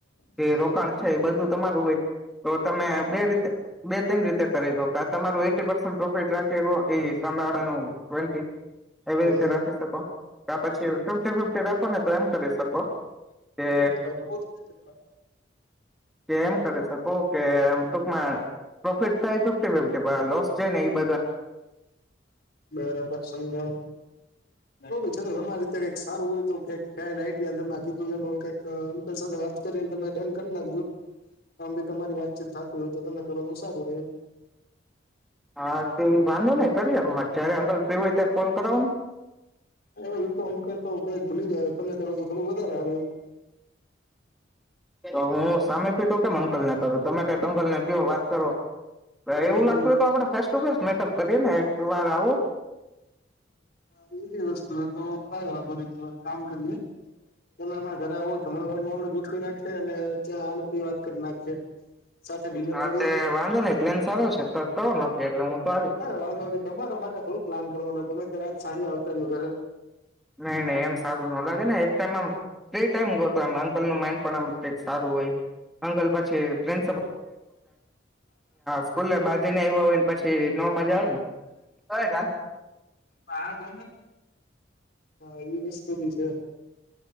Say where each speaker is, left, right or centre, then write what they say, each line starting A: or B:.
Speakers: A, on the left; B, in the centre.
A: હમ
B: જે રોકાણ છે એ બધું તમારું હોય તો તમે બે રીતે બે તન રીતે કરી લોો કે તમારું એ પન્ટ પ્રોફિટ રાખ એવો એ સંભળનું વન્ટ એવી
A: હમ
B: રીતે રાખી શકો કે પછી ફિફ્ટી ફિફ્ટી રાખોને તો એમ કરી શકો કે
A: <inaudible>
B: કે એમ કરી શકો કે આમ ટૂંકમાં પ્રોફિટ થાય ફિફ્ટી ફિફી લોસ છે નને એ બ
A: બરાબર સમજણ બ છતો રમારી રીતે કઈક સારું હોય તો કઈ ખ્યાલ આઈડ માગી એ કઈક વાત કરી ડન કરી ના આમ બી તમારી વાતચીત થતી હોય તો તમે કરો તો સારું રે એમ
B: હા તે વાંધો ને કરીરે જયારે અંકલ પ હોય ત્યારે કોલ કરાવો ને
A: હ તો અંકલ તો કદાચ ભૂલી જાય તમે કરો તો થોડું વધારે હાર્યું એમ
B: તો હું સામેથી તો કે મકલ ના કરું તમે કઈ કંગલને કયો વાત કરો
A: એમ
B: એવું
A: હ એ
B: લાગતું હોય તો આપડણે ફેસ ટુ ફેસ મેકઅપ કરીએ ને એક વાર આવું
A: એ એવી વસ્તુ તો ક વાંધો ન કામ કરીએ તમેણાં ઘરે આવો છો હમણાં ઘર આપે નાખી અને ત્યાં આી વાત કરી નાખી સાથે ડિનર
B: હા
A: કરી
B: તે વાંધો નઈ પ્લેન સારો છે તો કરો નક્કી એટલે હું તો આવીશ
A: વા ન તમારા માટે થોડું પ્લાન કરવાનું ગમે તે રાત સાંજે આવતા રહય ઘર
B: નહી નહી એમ સારું ન લાગે ને એક ટાઈમ આમ ફ્રી ટાઈમ ગયો હતો એમ અંકલ ન માઇન્ડ પણ આમ કઈક સારું હોય અંકલ પછી ફન્
A: હમમ
B: સ્કૂલે બાંધીને આવ્યા હોય ને પછી ન મજા આવે
A: પાર દોન હા એવી વસ્તુ બી છે